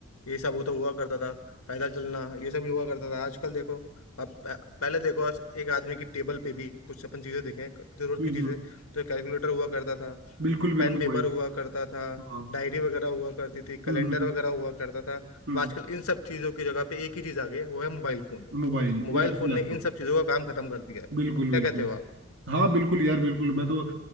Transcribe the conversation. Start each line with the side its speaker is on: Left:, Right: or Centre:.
Left: ये सब वो तो हुआ करता था पैदल चलना ये सब भी हुआ करता था आजकल देखो अब प- पहले देखो आज एक आदमी की टेबल पे भी कुछ अपन चीजें देखें क- जरूरत
Right: हम्म
Left: की चीजें
Right: हम्म,
Left: तो कैलकुलेटर हुआ करता था
Right: बिल्कुल बिल्कुल
Left: पेन पेपर
Right: भाई
Left: हुआ करता था
Right: हाँ
Left: डायरी वगैरह हुआ करती थी कैलेंडर
Right: हम्म हम्म हम्म
Left: वगैरह हुआ करता था अब
Right: हम्म,
Left: आजकल इन सब चीजों की जगह पे एक ही चीज आ गई है वो है मोबाइल फोन
Right: मोबाइल
Left: मोबाइल
Right: या फिर
Left: फोन
Right: लैपटॉप
Left: ने इन सब चीजों का काम खत्म कर दिया है
Right: बिल्कुल
Left: क्या
Right: बिल्कुल
Left: कहते हो आप
Right: हाँ बिल्कुल यार बिल्कुल मैं तो अ,